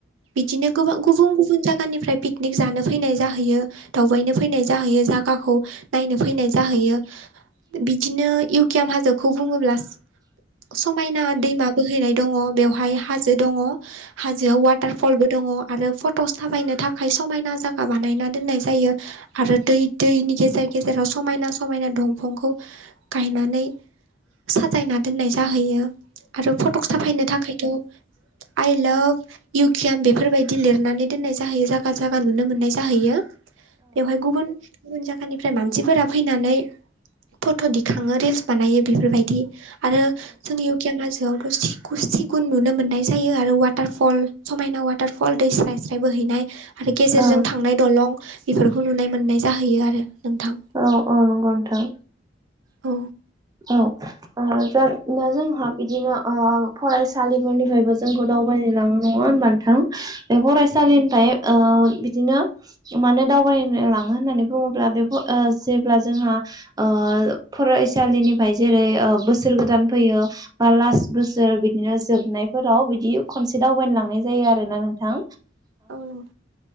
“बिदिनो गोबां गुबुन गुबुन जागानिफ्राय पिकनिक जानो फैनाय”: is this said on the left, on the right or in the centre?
Right